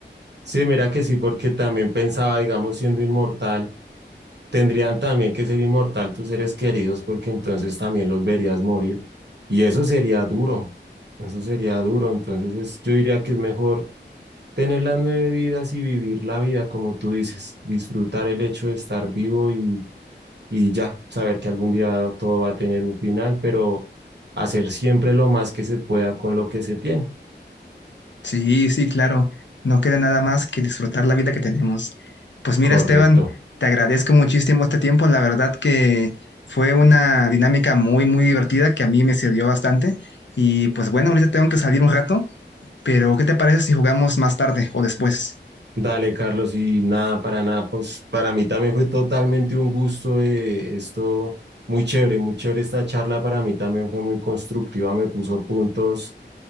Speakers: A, on the right; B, on the left.
A: Sí, mira que sí, porque también pensaba, digamos, siendo inmortal, tendrían también que ser inmortal tus seres queridos, porque entonces también los verías morir. Y eso sería duro, eso sería duro. Entonces es- yo diría que es mejor tener las nueve vidas y vivir la vida, como tú dices, disfrutar el hecho de estar vivo y, y ya, saber que algún día todo va a tener un final, pero hacer siempre lo más que se pueda con lo que se tiene.
B: Sí, sí, claro, no queda nada más que disfrutar la vida que tenemos. Pues mira,
A: Correcto.
B: Esteban, te agradezco muchísimo este tiempo, la verdad que fue una dinámica muy, muy divertida que a mí me sirvió bastante. Y pues bueno, ahorita tengo que salir un rato, pero ¿qué te parece si jugamos más tarde o después?
A: Dale, Carlos, y nada, para nada, pues para mí también fue totalmente un gusto eh, esto, muy chévere, muy chévere esta charla, para mí también fue muy constructiva, me puso puntos